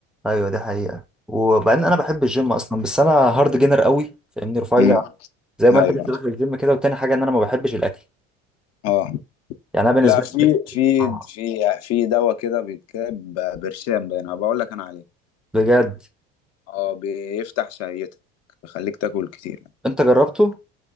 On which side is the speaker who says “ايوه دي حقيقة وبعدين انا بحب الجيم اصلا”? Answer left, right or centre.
Centre